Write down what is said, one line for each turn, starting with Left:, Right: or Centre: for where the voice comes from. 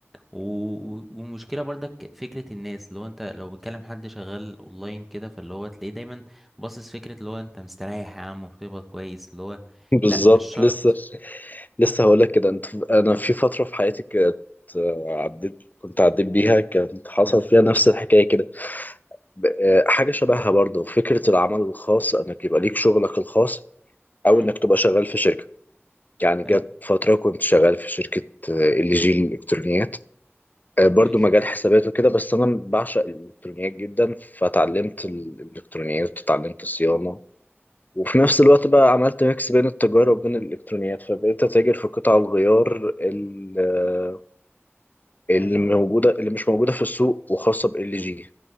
Centre: و... و- والمشكلة برضك فكرة الناس اللي هو انت لو بتكلم حد شغال اونلاين كده فاللي هو تلاقيه دايما باصص فكرة اللي هو انت مستريح يا عم وبتقبض كويس اللي هو
Left: بالظبط
Centre: لا مش شرط
Left: لسه لسه هقول لك كده انت انا في فتره في حياتي كانت آه، عديت كنت عديت بيها كانت حصل فيها نفس الحكايه كده ب- آه، حاجه شبهها برضه فكره العمل الخاص انك يبقى ليك شغلك الخاص او
Centre: امم
Left: انك تبقى شغال في شركه يعني
Centre: اي
Left: جت فتره كنت شغال في شركه آه، ال جي الالكترونيات آه، برضه
Centre: كويس
Left: مجال حسابات وكده بس انا بعشق الالكترونيات جدا فتعلمت الالكترونيات وتعلمت الصيانه وفي نفس الوقت بقى عملت ميكس بين التجارة وبين الإلكترونيات فبقيت أتاجر في قطع الغيار ال- اللي
Centre: امم
Left: موجودة اللي مش موجودة في السوق وخاصة بال جي